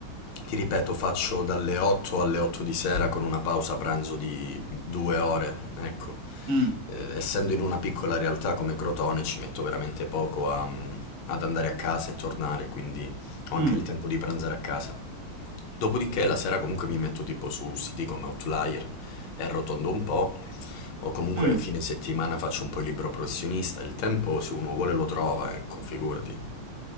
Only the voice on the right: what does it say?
Mm,
mm,
mm.